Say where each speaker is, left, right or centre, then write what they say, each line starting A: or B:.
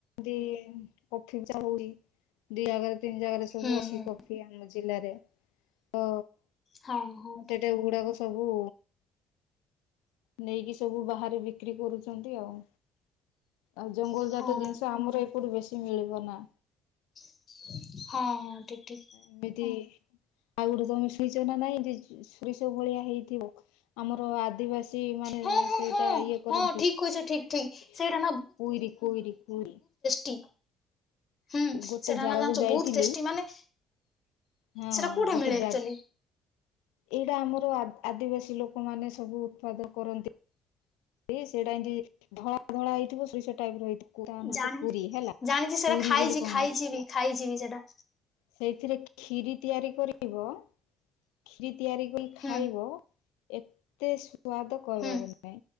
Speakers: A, on the left (about 85°); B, on the left (about 40°).
A: ଦି କଫି, ଚା ହୁଏ। ଦି ଜାଗାରେ, ତିନି ଜାଗାରେ, ସବୁ
B: ହୁଁ
A: ଅଛି
B: ହୁଁ
A: କଫି ଆମ ଜିଲ୍ଲାରେ, ତ
B: ହଁ ହଁ
A: ସେଟା ଗୁଡାକ ସବୁ ନେଇକି ସବୁ ବାହାରେ ବିକ୍ରି କରୁଛନ୍ତି ଆଉ ଆଉ, ଜଙ୍ଗଲ
B: ଠିକ
A: ଜାତ ଜିନିଷ ଆମର ଏପଟୁ ବେଶୀ ମିଳିବ ନା।
B: ହଁ, ହଁ, ଠିକ୍, ଠିକ୍।
A: ଏମିତି ଆଉ ଗୋଟେ ଯୋଉ ମିସେଇଛ ନା ନାଇଁ, ଯେ ସୋରିଷ ଭଳିଆ ହେଇଥିବ ଆମର ଆଦିବାସୀ ମାନେ
B: ହଁ ହଁ
A: ସେଇଟା
B: ହଁ
A: ଇଏ କରନ୍ତି,
B: ହଁ ଠିକ କହିଛ ଠିକ ଠିକ
A: କୁଇରି,
B: ସେଇଟା
A: କୁଇରି, କୁଇରି।
B: ଟି ହୁଁ,
A: ଗୋଟେ
B: ସେଟା
A: ଜାଗାକୁ
B: ନା ଜାଣିଛ
A: ଯାଇଥିଲି
B: ବହୁତ ଟେଷ୍ଟି ମାନେ
A: ହଁ,
B: ସେଇଟା କୋଉଠି
A: ଗୋଟେ
B: ମିଳେ ଆକ୍ଚୁଆଲି
A: ଜାଗା ଏଇଟା ଆମର, ଆଦିବାସୀ ଲୋକ ମାନେ ସବୁ ଉତ୍ପାଦ କରନ୍ତି। ସେ ସେଇଟା ଏମିତି, ଧଳା, ଧଳା ହେଇଥିବ ସୋରିଷ ଟାଇପ ର ହେଇଥିବ। ତା ନାଁ
B: ଜାଣି,
A: ହଉଛି କୁରି ହେଲା।
B: ଜାଣିଛି, ସେଟା
A: ପୁରୀ
B: ଖାଇଛି,
A: ବୋଲି କହନ୍ତି
B: ଖାଇଛି ବି, ଖାଇଛି ବି ସେଟା।
A: ସେଇଥିରେ ଖିରି ତିଆରି କରବ, ଖିରି ତିଆରି କରି ଖାଇବ,
B: ହୁଁ
A: ଏତେ ସୁ ସ୍ଵାଦ କହିବାକୁ
B: ହୁଁ
A: ନାଇଁ,